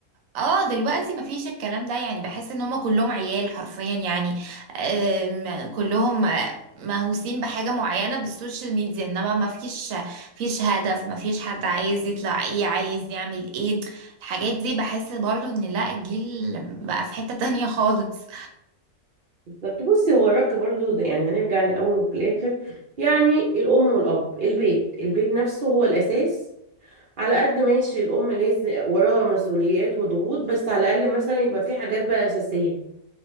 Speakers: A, on the right; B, on the right.
A: اه دلوقتي مفيش الكلام ده يعني بحس ان هما كلهم عيال حرفيا يعني آم، كلهم آه، مهووسين بحاجة معينة بالسوشيال ميديا انما مفيش مفيش هدف مفيش حد عايز يطلع ايه عايز يعمل ايه الحاجات دي بحس برضو ان لا الجيل بقى في حتة تانية خالص
B: بالظبط بصي هو الرك برضو ده يعني هنرجع للاول وفي الاخر يعني الام والاب البيت البيت نفسه هو الاساس على قد ماشي الام لازم وراها مسؤوليات وضغوط بس على الاقل مثلا يبقى في حاجات بقى اساسية